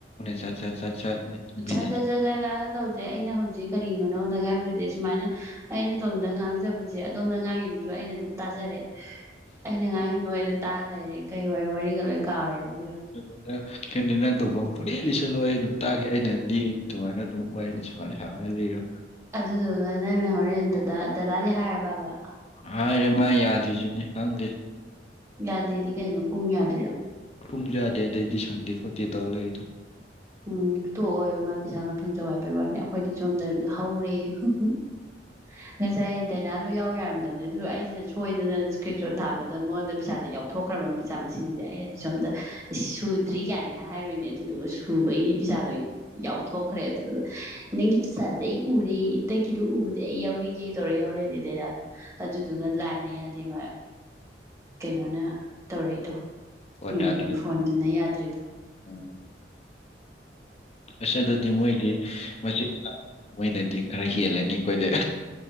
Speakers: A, on the left; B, on the right.
A: ꯁꯠ ꯁꯠ ꯁꯠ ꯁꯠ ꯑꯩ ꯇꯨꯝꯅꯤꯡꯉꯦ
B: ꯁꯠ ꯁꯠ ꯁꯠ ꯁꯠ ꯉꯥꯡ ꯇꯧꯁꯦ ꯑꯩꯅ ꯍꯧꯖꯤꯛ ꯀꯔꯤꯅꯣ ꯅꯉꯣꯟꯗ ꯉꯥꯡꯗꯣꯏꯁꯦ ꯁꯨꯃꯥꯏꯅ ꯑꯩꯅ ꯑꯗꯣꯝꯗ ꯉꯥꯡꯖꯕꯁꯦ ꯑꯗꯣꯝꯗ ꯉꯥꯡꯉꯤꯗꯨꯁꯨ ꯑꯩꯅ ꯑꯗꯨꯝ ꯇꯥꯖꯔꯦ ꯑꯩꯅ ꯉꯥꯡꯉꯤꯗꯣ ꯇꯥ ꯂꯩꯔꯦ ꯀꯩ ꯋꯥꯔꯤꯒ ꯂꯣꯏ ꯀꯥꯎꯔꯦꯕ
A: ꯑꯗꯨꯗꯨꯒ ꯀꯩꯅꯣ ꯅꯪ ꯊꯣꯛꯄꯃ ꯄꯨꯂꯤ ꯂꯤꯁꯜꯂꯣ ꯑꯩ ꯑꯗꯨꯝ ꯇꯥꯒꯦ ꯑꯩꯅ ꯂꯤꯗꯨ ꯑꯗꯨꯃꯥꯏꯅ ꯑꯗꯨꯝ ꯋꯥꯔꯤꯗꯣ ꯁꯥꯒꯠ ꯁꯥꯒꯠꯂ ꯂꯤꯔꯣ
B: ꯑꯗꯨꯗꯨꯒ ꯅꯪꯅ ꯍꯣꯔꯦꯟ ꯗꯗꯥ ꯗꯗꯥꯗꯤ ꯍꯥꯏꯔꯕꯕ
A: ꯍꯥꯏꯔꯦ ꯃꯥ ꯌꯥꯗ꯭ꯔꯤꯖꯤꯅꯤ ꯈꯪꯗꯦ
B: ꯌꯥꯗꯦꯗꯤ ꯀꯩꯅꯣ ꯄꯨꯡ ꯌꯥꯗ꯭ꯔꯤꯔꯣ
A: ꯄꯨꯡ ꯌꯥꯗꯦ ꯑꯗꯩꯗꯤ ꯁꯪꯗꯦ ꯈꯣꯠꯇꯦ ꯇꯧ ꯂꯩꯗꯣ
B: ꯎꯝ ꯇꯣꯛꯑꯣꯎ ꯃꯥ ꯄꯩꯁꯥ ꯈꯔ ꯐꯪꯖꯧ ꯍꯥꯏꯕꯩ ꯋꯥꯅꯤ ꯑꯈꯣꯏꯗꯤ ꯁꯣꯝꯗ ꯍꯧꯔꯦꯌꯨ <inaudible> ꯉꯁꯥꯏ ꯗꯥꯏꯅꯥꯗꯣ ꯌꯥꯎ ꯌꯥꯔꯝꯗꯕꯅꯦ ꯑꯗꯨꯗꯣ ꯑꯩꯖꯤꯅ ꯁꯣꯏꯗꯅ ꯏꯁꯀ꯭ꯔꯤꯟꯁꯣꯠ ꯊꯥꯕꯗ ꯃꯉꯣꯟꯗ ꯄꯩꯁꯥꯖꯦ ꯌꯥꯎꯊꯣꯛꯈ꯭ꯔ ꯕ ꯄꯩꯁꯥ ꯃꯁꯤꯡꯖꯦ ꯑꯩꯅꯗꯤ ꯁꯣꯝꯗ ꯁꯨꯗ꯭ꯔꯤ ꯀꯥꯏꯅꯒ ꯍꯥꯏꯔꯨꯏꯅꯦ ꯑꯗꯨꯗꯨꯒ ꯁꯨꯕꯒꯤ ꯄꯩꯁꯥꯗꯣ ꯌꯥꯎꯊꯣꯛꯈ꯭ꯔꯦ ꯑꯗꯨꯗꯣ ꯅꯪꯒꯤ ꯄꯤꯁꯥꯖꯦ ꯑꯩ ꯎꯔꯦ ꯅꯪꯒꯤꯗꯣ ꯎ ꯗꯤ ꯑꯩ ꯌꯥꯎꯔꯤ <unintelligible> ꯇꯧꯔ ꯌꯥꯎꯔꯛꯏꯅꯦ ꯗꯥꯏꯅꯥꯗꯣ ꯑꯗꯨꯗꯨꯒ ꯂꯥꯏꯅ ꯌꯥꯗꯦ ꯃꯥ ꯀꯩꯅꯣꯅ ꯇꯧꯔꯛꯏꯗꯣ
A: ꯐꯣꯟ
B: ꯎꯝ
A: ꯌꯥꯗ꯭ꯔꯦ
B: ꯐꯣꯟꯗꯨꯅ ꯌꯥꯗ꯭ꯔꯤꯗꯣ
A: ꯎꯝ ꯑꯁ ꯑꯗꯨꯗꯤ ꯃꯣꯏꯗꯤ ꯃꯆꯤꯟ ꯃꯅꯥꯎ ꯃꯣꯏꯅꯗꯤ ꯈꯔ ꯍꯦꯜꯂꯅꯤ ꯑꯩꯈꯣꯏꯗꯩ